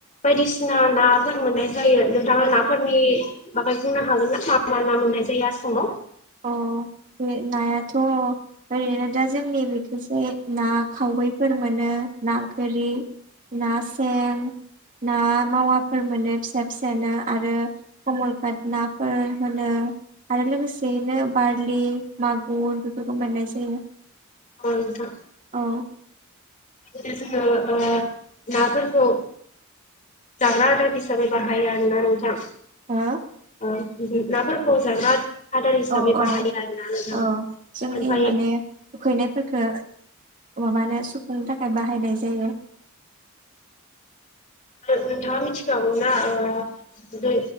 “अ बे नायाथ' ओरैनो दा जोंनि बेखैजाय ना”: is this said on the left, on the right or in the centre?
Right